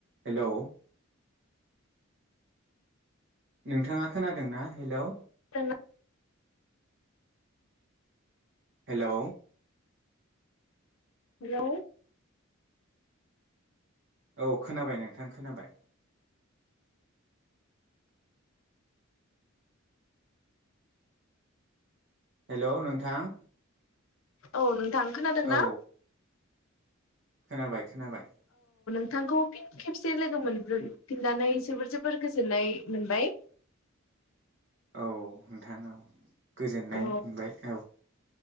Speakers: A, on the right (about 55°); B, on the left (about 75°).
A: Hello नोंथाङा खोनादों ना हेलौ
B: हेलौ
A: हेलौ
B: हेलौ
A: औ खोनाबाय नोंथां खोनाबाय हेलौ नोंथां।
B: औ नों थां खोनादों
A: औ
B: ना?
A: खोनाबाय खोनाबाय
B: नोंथखौ फिन खेबसे लोगो मोनफिननानै जोबोर जोबोर गोजोननाय मोनबाय।
A: औ नोंथां औ गोजोननाय
B: औ
A: मोनबाय औ।